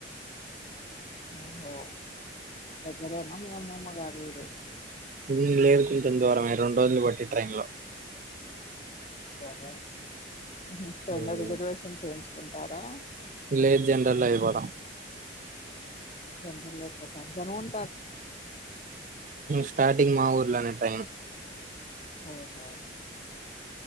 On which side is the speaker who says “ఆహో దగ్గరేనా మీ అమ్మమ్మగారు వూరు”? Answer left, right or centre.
Left